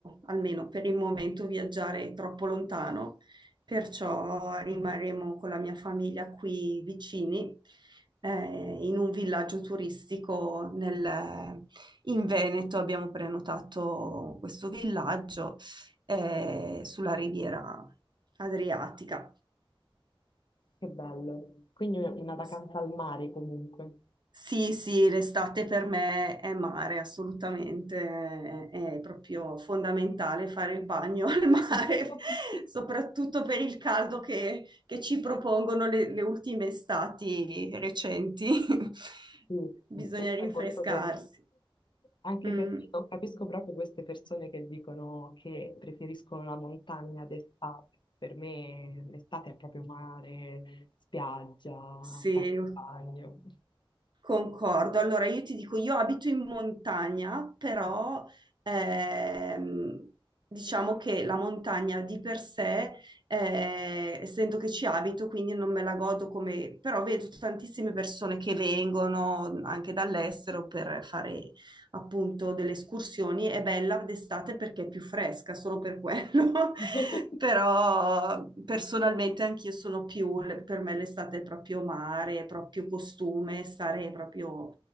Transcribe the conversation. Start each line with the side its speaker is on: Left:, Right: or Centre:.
Right: almeno per il momento, viaggiare troppo lontano, perciò rimarremo con la mia famiglia qui vicini, eh, in un villaggio turistico nel- in Veneto abbiamo prenotato questo villaggio eh, sulla riviera Adriatica.
Left: Che bello. Quindi una una vacanza
Right: S-
Left: al mare comunque.
Right: Sì, sì, l'estate per me è mare, assolutamente, è è proprio fondamentale fare il bagno <laughs> al mare,
Left: <laughs>
Right: soprattutto per il caldo che, che ci propongono le, le ultime estati recenti. <laughs>
Left: Sì,
Right: Bisogna
Left: questo
Right: rinfrescarsi.
Left: è molto vero. Anche
Right: Mm,
Left: perché non capisco proprio queste persone che dicono che preferiscono la montagna d'estate. Per me l'estate è proprio mare, spiaggia,
Right: sì.
Left: fare il bagno.
Right: Concordo. Allora, io ti dico, io abito in montagna, però ehm, diciamo che la montagna di per sé, eh, essendo che ci abito, quindi non me la godo come... però vedo tantissime persone che vengono anche dall'estero per fare appunto delle escursioni è bella d'estate perché è più fresca, solo per quello. <laughs>
Left: <laughs>
Right: Però personalmente anch'io sono più, per me l'estate è proprio mare, è proprio costume, stare proprio